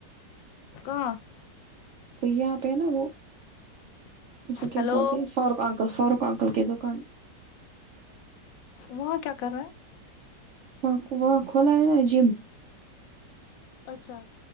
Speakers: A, on the left; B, on the right.
A: کہاں
B: تو یہاں پہ ہے نا وہ اس کو کیا
A: ہیلو
B: بولتے ہیں فاروق انکل فاروق ا انکل کی دکان
A: وہاں کیا کر رہا ہیں
B: وہ وہاں کھولا ہے نا جم
A: اچھا